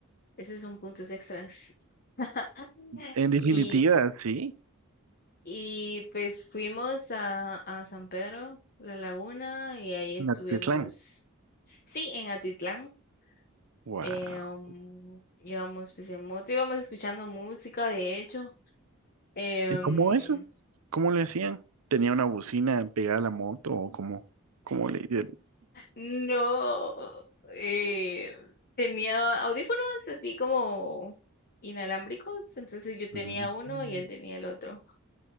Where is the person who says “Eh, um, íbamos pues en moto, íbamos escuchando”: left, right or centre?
Left